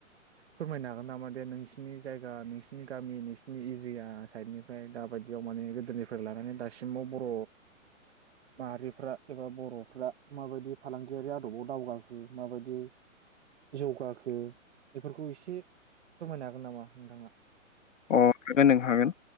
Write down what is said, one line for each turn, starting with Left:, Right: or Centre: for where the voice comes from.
Right: फोरमायनो हागोन नामा दे नोंसिनि जायगा नोंसिनि गामि नोंसोरनि एरिया साइडनिफ्राय दा बायद दियाव माने गोदोनिफ्राय लानानै दासिमाव बर' माहारिफ्रा एबा बर'फ्रा माबायदि फालांगियारि आदबाव दावगाखो माबायदि जौगाखो बेफोरखौ एसे फोरमायनो हागोन नामा नोंथाङा
Left: <inaudible> नों हागोन